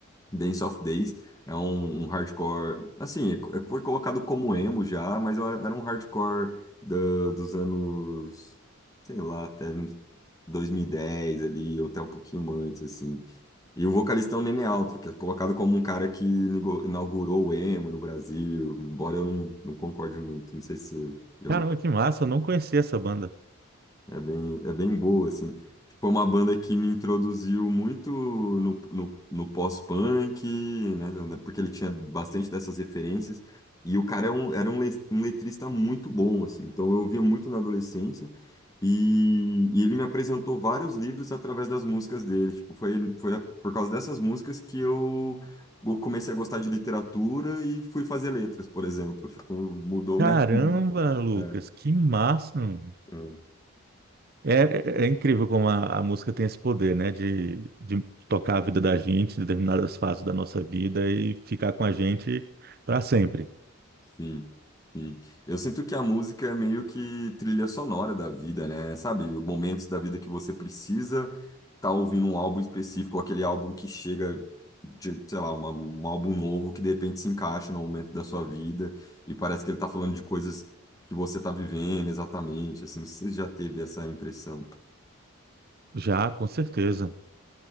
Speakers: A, on the left; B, on the right.
A: Dance of Days. É um, um hardcore, assim, é- é- foi colocado como emo já, mas eu- era um hardcore da- dos anos, sei lá, até uns 2010 ali, ou até um pouquinho antes, assim. E o vocalista é o Nene Altro, que é colocado como um cara que inigo- inaugurou o emo no Brasil, embora eu não, não concorde muito, não sei se eu
B: Caramba, que massa. Eu não conhecia essa banda.
A: É bem, é bem boa, assim. Foi uma banda que me introduziu muito no, no, no pós-punk, né? né, Porque ele tinha bastante dessas referências. E o cara é um, era um, le- um letrista muito bom, assim. Então eu ouvia muito na adolescência. E, e ele me apresentou vários livros através das músicas dele. Tipo, foi, foi a- por causa dessas músicas que eu go- comecei a gostar de literatura e fui fazer letras, por exemplo. Tipo, mudou
B: Caramba,
A: minha vida.
B: Lucas.
A: É,
B: Que massa. mano.
A: é.
B: É, é, é incrível como a, a música tem esse poder, né? De, de tocar a vida da gente em determinadas fases da nossa vida e ficar com a gente para sempre.
A: Sim, sim. Eu sinto que a música é meio que trilha sonora da vida, né? Sabe, momentos da vida que você precisa estar ouvindo um álbum específico, ou aquele álbum que chega de, sei lá, uma- um álbum novo que de repente se encaixa no momento da sua vida e parece que ele tá falando de coisas que você tá vivendo exatamente, assim, você já teve essa impressão,
B: Já, com certeza.